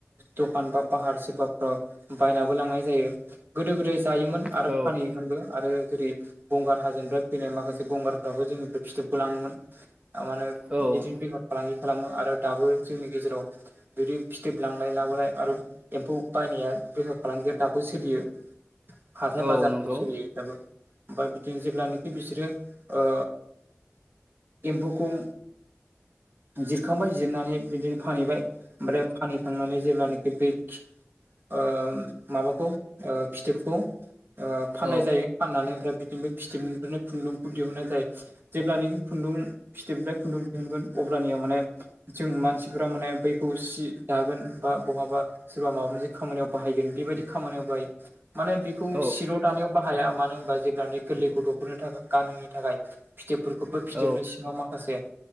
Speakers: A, on the right; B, on the right.
A: दखान बा पाहार सोरबाफोराव बायनाबो लांनाय जायो गोदो गोदाय जायोमोन।
B: औ
A: फानयोमोनबो आरो जेरै गंगार हाजोनिफ्राय फैनाय माखासे गंगारफ्राबो जोंनिफ्राय फिथोबखौ लाङोमोन थारमाने
B: औ
A: बिदिनो बेफार फालांगि खालामो आरो दाबो जोंनि गेजेराव बिदि फिथोब लांलाय लाबोलाय आरो। एम्फौ बायनाया बेफार फालांगि दाबो सोलियो हाथाय
B: औ
A: बाजार
B: नंगौ
A: ओमफ्राय बिदिनो जेब्लानाखि बिसोरो ओ। एम्फौखौ जिरखांबाय जिरनानै बिदिनो फानहैबाय ओमफ्राय फानहैखांनानै जेब्लानाखि बे ओ माबाखौ फिथोबखौ फाननाय
B: औ
A: जायो फाननानै ओमफ्राय बिदिनोफ्राय फिथिोबनिफ्रायनो खुन्दुंखौ दिहुननाय जायो। जेब्लखि खुन्दुं फिथोबनिफ्राय खुन्दुं दिहुनगोन अब्लानिया माने जों मानसिफोरा माने बैखौ सि दागोन बा बहाबा सोरबा माबा मोनसे खामानियाव बाहायगोन बेबायदि खामानियावाय माने बेखौ
B: औ
A: सिल' थानायानायाव बाहाया मानो होनबा जेब्लाान गोरलै गथ'फोरनो थाखाय गानहोनो थाखाय। फिथोबफोरखौबो फिथोबनि
B: औ
A: सिङाव माखासे